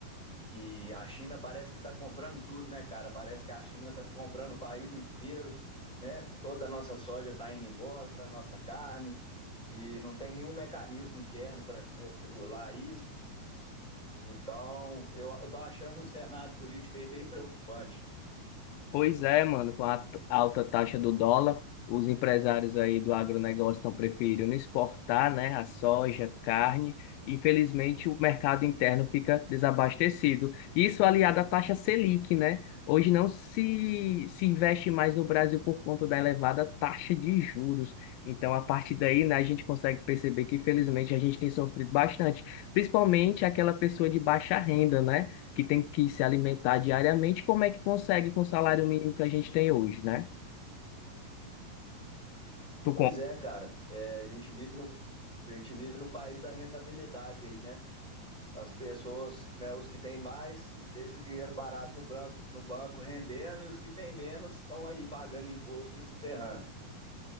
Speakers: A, in the centre; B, on the left.
A: que a China parece que está comprando tudo, né, cara? Parece que a China está comprando o país inteiro, né? Toda a nossa soja está indo embora, a nossa carne, e não tem nenhum mecanismo interno para regular isso. Então, eu estou achando o cenário político aí bem preocupante.
B: Pois é, mano, com a t- alta taxa do dólar, os empresários aí do agronegócio estão preferindo exportar, né, a soja, carne. Infelizmente, o mercado interno fica desabastecido. Isso aliado à taxa Selic, né? Hoje não se, se investe mais no Brasil por conta da elevada taxa de juros. Então, a partir daí, né, a gente consegue perceber que, infelizmente, a gente tem sofrido bastante, principalmente aquela pessoa de baixa renda, né? que tem que se alimentar diariamente, como é que consegue com o salário mínimo que a gente tem hoje, né? Tu,
A: Pois é, cara, é, a gente vive no, a gente vive no país da rentabilidade aí, né? As pessoas, né, os que têm mais, deixam o dinheiro parado no banco, no banco rendendo, e os que têm menos estão aí pagando imposto e se ferrando.